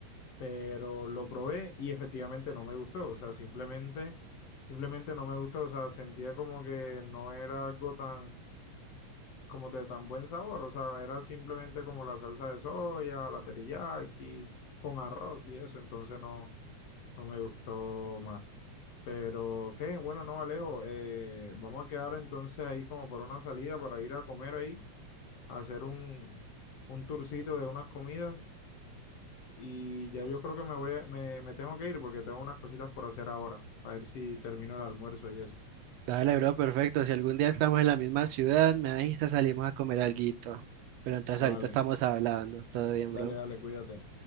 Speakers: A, on the left (about 60°); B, on the right (about 75°).
A: Pero lo probé y efectivamente no me gustó. O sea, simplemente, simplemente no me gustó. O sea, sentía como que no era algo tan, como de tan buen sabor. O sea, era simplemente como la salsa de soya, la teriyaki, con arroz y eso. Entonces no, no me gustó más. Pero qué, bueno, no, Alejo, eh, vamos a quedar entonces ahí como por una salida para ir a comer ahí hacer un, un tourcito de unas comidas y ya yo creo que me voy, a- me, me tengo que ir porque tengo unas cositas por hacer ahora, a ver si termino el almuerzo y eso.
B: Dale, bro, perfecto. Si algún día estamos en la misma ciudad, me avisas, salimos a comer alguito. Pero entonces
A: Vale,
B: ahorita estamos hablando. Todo bien,
A: dale,
B: bro.
A: dale, cuídate.